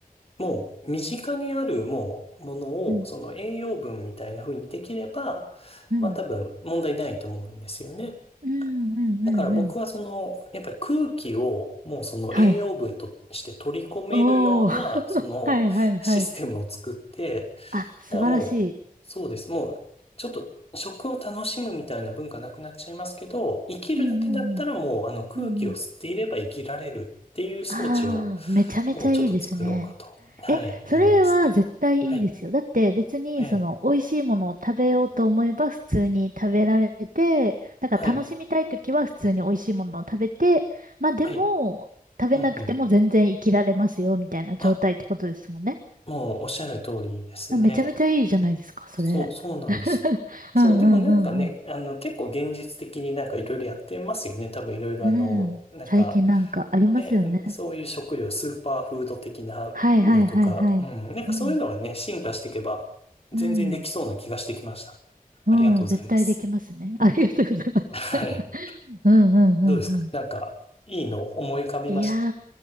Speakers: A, on the left; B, on the right.
A: もう身近にあるもうものをその栄養分みたいな風にできれば、
B: うん、うん、
A: まあ多分問題ないと思うんですよね。
B: うん、うん、
A: だから僕はその、
B: うん。うん
A: やっぱり空気をもうその栄養分として取り込めるような、
B: はい。おー。<laughs>
A: そのシステムを作って、
B: はいはいはい。あ、素晴らしい。
A: だからもう、そうです。もう、ちょっと食を楽しむみたいな文化なくなっちゃいますけど、生きるだけだったらもう、
B: うん、うん、
A: あの空気を吸っていれば生きられるっていう装置を、
B: うん。うん、うん。あー、めちゃめちゃいいですね。
A: もうちょっと作ろうかと、はい、
B: え、
A: 思いますね。
B: それは絶対いいですよ。
A: はい、
B: だって別にその美味しいものを食べようと思えば普通に食べられて、
A: ええ、
B: だから楽しみたいときは普通に美味しいものを食べて、
A: はい、
B: まあでも食べなくても全然生きられますよみたいな状態ってことですもんね。
A: はい、うんうん。あ、もうおっしゃる通りですね。
B: あめちゃめちゃいいじゃないですか、それ。
A: そう、そうなんですよ。
B: <laughs>
A: そう、
B: うんうんうん
A: でもなんかね、あの、結構現実的になんかいろいろやってますよね。多分いろいろあの、
B: うん。うん。
A: なんか、
B: 最近なんかありますよね。
A: ね、そういう食料、スーパーフード的なのとか、
B: はいはいはいはい。
A: うん、なんかそういうのがね、
B: うん。
A: 進化していけば、全然できそうな気がしてきました。
B: うん。うん。
A: ありがとうございます。
B: 絶対できますね。ありがとうございます。
A: <laughs> はい。
B: <laughs> うんうんうんうん。
A: どうですかなんか、いいの思い浮かびました。
B: いや